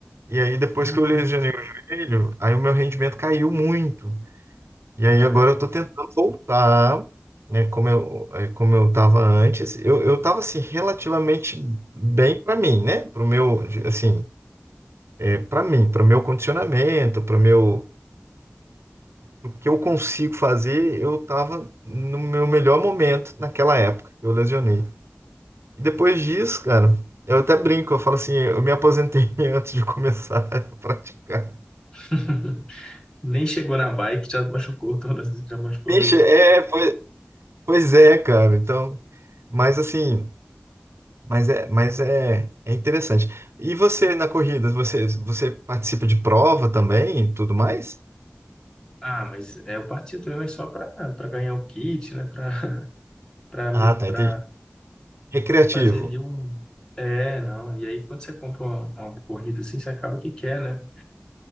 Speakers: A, on the right; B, on the left.
A: E aí depois
B: uhum.
A: que eu lesionei o joelho, aí o meu rendimento caiu muito. E aí
B: É.
A: agora eu tô tentando voltar, né, como eu eh, como eu tava antes. Eu eu tava assim relativamente bem para mim, né? Pro meu, assim, é, para mim, para o meu condicionamento, para o meu o que eu consigo fazer, eu tava no meu melhor momento naquela época. que Eu lesionei. E depois disso, cara, eu até brinco, eu falo assim, eu me aposentei <laughs> antes de começar a <laughs> praticar.
B: <laughs> Nem chegou na bike, já machucou, o tórax, já machucou
A: Vixe,
B: o joelho.
A: é, pois, pois é, cara. Então, mas assim, mas é, mas é, é interessante. E você na corrida, você, você participa de prova também, e tudo mais?
B: Ah, mas é, eu parti do leão é só para para ganhar o kit, né? Para para
A: Ah, tá, entendi. Recreativo.
B: <laughs> fazer ali um, É, não. E aí, quando você compra uma, uma corrida assim, você acaba que quer, né?